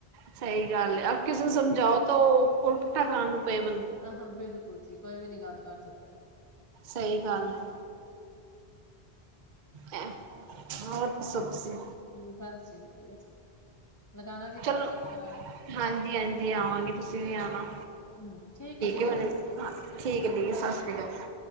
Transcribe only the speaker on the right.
ਸਈ ਗੱਲ ਐ ਔ ਕਿਸੇ ਨੂੰ ਸਮਝਾਓ ਤੋ ਓ ਪੁੱਠਾ ਖਾਨ ਨੂੰ ਪਏ ਬੰ
ਸਈ ਗੱਲ ਐ। ਐਂ ਹੋਰ ਦੱਸੋ ਤੁਸੀ।
ਚਲੋ
ਹਾਂਜੀ ਹਾਂਜੀ ਆਵਾਂਗੇ ਤੁਸੀਂ
ਵੀ
ਆਣਾ
ਹੈ
ਹੁਣ
ਠੀਕ
ਹੈ ਠੀਕ ਹੈ ਸਤਿ
ਸ਼੍ਰੀ
ਅਕਾਲ